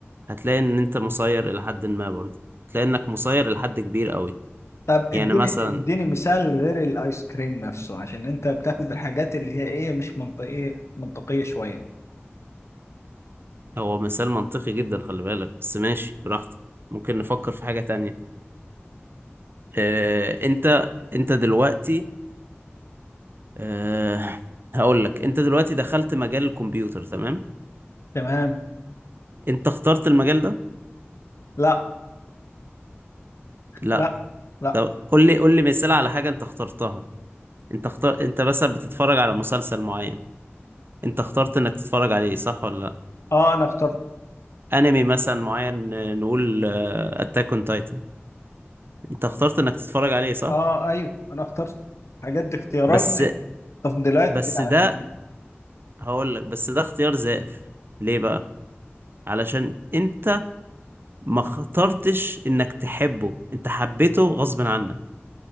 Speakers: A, on the right; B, on the left.
A: هتلاقي إن أنت مسير إلى حد ما برضه هتلاقي إنك مسير إلى حد كبير قوي
B: طب
A: يعني
B: اديني
A: مثلا
B: اديني مثال غير الايس كريم نفسه عشان انت بتاخد الحاجات اللي هي ايه مش منطقية منطقية شوية
A: هو مثال منطقي جدا خلي بالك بس ماشي براحتك ممكن نفكر في حاجة تانية إيه أنت أنت دلوقتي إيه هقول لك أنت دلوقتي دخلت مجال الكمبيوتر تمام
B: تمام
A: أنت اخترت المجال ده؟
B: لا
A: لا
B: لا لا
A: طب قول لي قول لي مثال على حاجة أنت اخترتها انت اختار انت مثلا بتتفرج على مسلسل معين انت اخترت انك تتفرج عليه صح ولا لا
B: اه انا اخترت
A: انمي مثلا معين آه، نقول اتاك اون تايتن انت اخترت انك تتفرج عليه صح
B: اه ايوه انا اخترت حاجات دي اختيارات
A: بس
B: أيوة. تفضيلات
A: بس
B: يعني
A: ده هقول لك بس ده اختيار زائف ليه بقى علشان انت ما اخترتش انك تحبه انت حبيته غصب عنك